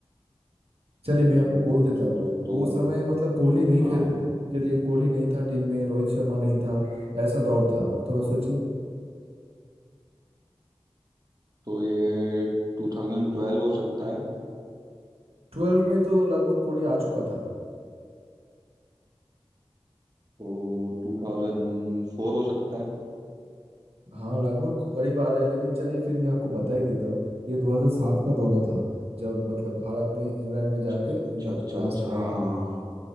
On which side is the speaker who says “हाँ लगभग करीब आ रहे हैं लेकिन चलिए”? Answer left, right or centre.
Right